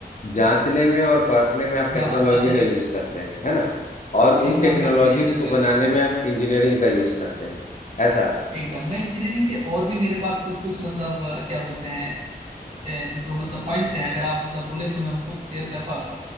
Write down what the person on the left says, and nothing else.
जांचने में और परखने में आप टेक्नोलॉजी
का यूज करते हैं है ना और
उन टेक्नोलॉजीज
को
बनाने
में आप इंजीनियरिंग का यूज करते हैं ऐसा